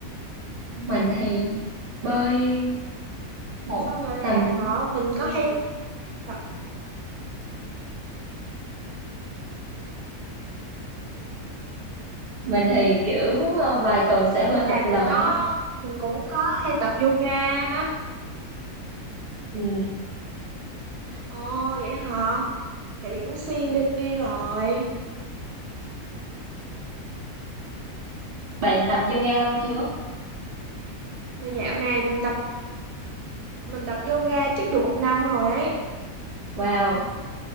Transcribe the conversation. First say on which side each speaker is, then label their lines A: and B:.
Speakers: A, on the right; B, on the right.
A: Mình thì bơi một
B: Sau giờ làm
A: tầm
B: hả? Mình có hay tập
A: mình thì kiểu ờ, vài tuần
B: sau
A: sẽ bơi
B: giờ làm
A: một lần
B: mình có
A: á
B: mình cũng có hay tập yoga á.
A: ừ.
B: Ồ vậy hả? Tại vậy cũng xuyên đi, đi rồi.
A: bạn tập yoga lâu chưa
B: Mà dạo này mình tập mình tập yoga chắc được một năm rồi ấy.
A: wow